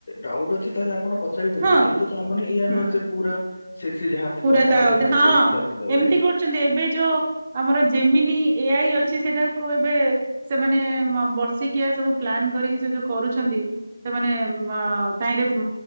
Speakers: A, on the left; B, on the right.
A: ଡାଉଟ୍ ଅଛି, ତାହେଲେ ଆପଣ ପଚ ଚାରିପାରିବେ।
B: ହଁ
A: କିନ୍ତୁ ତା ମାନେ ଏଇଆ
B: ହୁଁ।
A: ନୁହେଁ ଯେ, ପୁରା ସେ ଯାହା ଥିବ
B: ପୁରା
A: ଆପଣ
B: ତା
A: ସିଧା
B: ଆଉଥିରେ
A: ଆଖିବେ
B: ହଁ
A: ଏଇଠି। ରଖିଦେବେ।
B: ଏମିତି କରୁଛନ୍ତି, ଏବେ ଯୋଉ ଆମର ଜେମିନି ଏ-ଆଇ ଅଛି ସେଟାକୁ ଏବେ। ସେମାନେ ବର୍ଷିକିଆ ସବୁ ପ୍ଲାନ୍ କରିକି ସେ ଯୋଉ କରୁଛନ୍ତି। ସେମାନେ ତାହିଁରେ